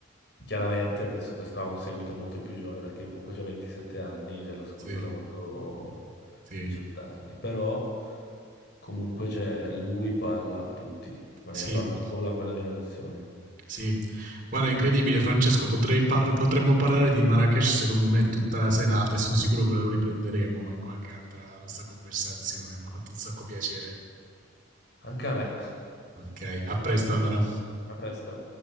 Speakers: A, on the left (about 50°); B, on the right (about 40°).
A: Chiaramente adesso questo ha un seguito molto più giovane perché io comunque ho 27 anni, ce l'ascolto
B: Sì,
A: da quando ho
B: sì,
A: 18 anni, però comunque cioè, lui parla a tutti, non
B: sì.
A: è che parla solo a quella generazione.
B: Sì, guarda, è incredibile, Francesco. Potrei par- potremmo parlare di Marrakesh, secondo me, tutta la serata e sono sicuro che lo riprenderemo in qualche altra nostra conversazione. Mi ha fatto un sacco piacere.
A: Anche a me.
B: Ok, a presto allora.
A: A presto.